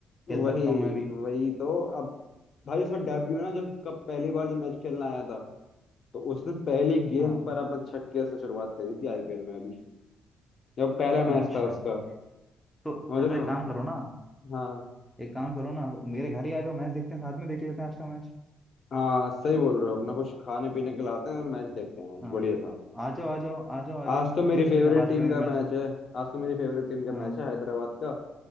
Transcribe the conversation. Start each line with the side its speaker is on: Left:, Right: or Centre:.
Left: वही
Centre: खेल सकता हूँ मैं अभी
Left: वही तो अब भाई उसका डेब्यू ना जब कब पहली बार जब मैच खेलना आया था तो उसने पहली गेंद
Centre: हाँ
Left: पर अपने छक्के से शुरुआत करी थी आईपीएल में अभी जब पहला मैच
Centre: अच्छा
Left: था उसका समझ
Centre: तो अरे
Left: रहे
Centre: तो
Left: हो
Centre: एक काम करो ना
Left: हाँ
Centre: एक काम करो ना मेरे घर ही आ जाओ मैच देखते हैं साथ में देख लेते हैं आज का मैच
Left: हाँ सही बोल रहे हो अपना कुछ खाने पीने के लाते हैं मैच देखते हैं आज
Centre: हाँ
Left: बढ़िया सा
Centre: आ जाओ आ जाओ आ जाओ आ
Left: आज
Centre: जाओ इतनी
Left: तो मेरी
Centre: देर
Left: फेवरेट
Centre: से क्या बात
Left: टीम
Centre: करें
Left: का
Centre: मैच
Left: मैच है आज तो मेरी फेवरेट टीम का
Centre: हाँ
Left: मैच है हैदराबाद का